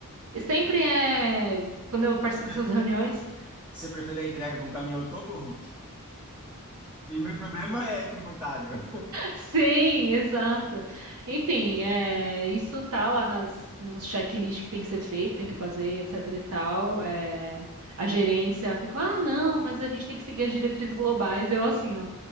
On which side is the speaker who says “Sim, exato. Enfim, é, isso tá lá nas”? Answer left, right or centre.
Right